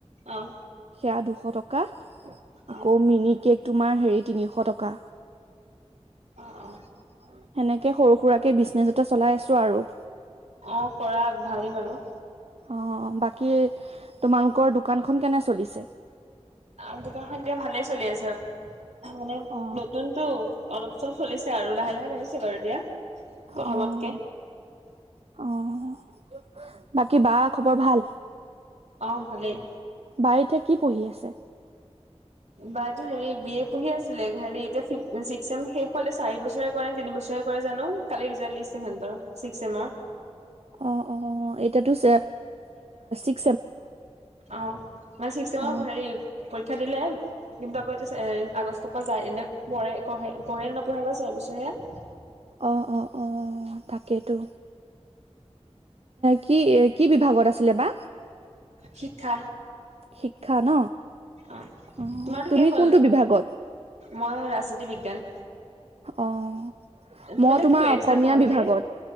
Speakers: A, on the right; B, on the right.
A: অঁ।
B: সেয়া দুশ টকা, আকৌ
A: অ
B: মিনি কেক, তোমাৰ হেৰি তিনিশ টকা।
A: অ অ
B: সেনেকে সৰু, সুৰাকে বিজনেছ এটা চলাই আছোঁ আৰু।
A: অ', কৰা ভালে বাৰু।
B: অঁ', বাকী, তোমালোকৰ দোকানখন কেনে চলিছে?
A: অ', দোকানখন এতিয়া ভালে চলি আছে, মানে
B: অ
A: নতুনতটো অলপ চলপ চলিছে আৰু লাহে-লাহে বাঢ়িছে বাৰু এতিয়া। প্ৰথমতকে
B: অঁহ', -অঁহ', বাকী বা খবৰ ভাল?
A: অ', ভালেই।
B: বাই এতিয়া কি পঢ়ি আছে?
A: বা হেৰি বি এ পঢ়ি আছিলে, হে এতিয়া শেষ হলে চাৰি বছৰে কৰে নে তিন বছৰে কৰে জানো কালি ৰিজাল্ দিছে সিহঁতৰ, ছিকচেম।
B: অ', - অ', এতিয়াতো, চ -চ
A: অ', চিক‌চেমৰ
B: অ
A: হেৰি, পৰীক্ষা দিলে। কিন্তু আকৌ য আগষ্টৰ পৰা যায় এনে পঢ়ে- পঢ়ে -পঢ়ে নপঢ়ে বা চাৰি বছৰিয়া।
B: অঁ', - অঁ', -অঁ', -তাকেতো। কি কি বিভাগত আছিলে বা?
A: শিক্ষা।
B: শিক্ষা ন।
A: অ',
B: অ',
A: তোমাৰতো
B: তুমি
A: শেষ হ'ল
B: কোনটো বিভাগত?
A: মই ৰাজনীতি বিজ্ঞান।
B: অ', -
A: তুমি
B: মই
A: এতিয়া
B: তোমাৰ
A: কি কৰি
B: অসমীয়া
A: আছা পঢ়া বাহিৰে
B: বিভাগত।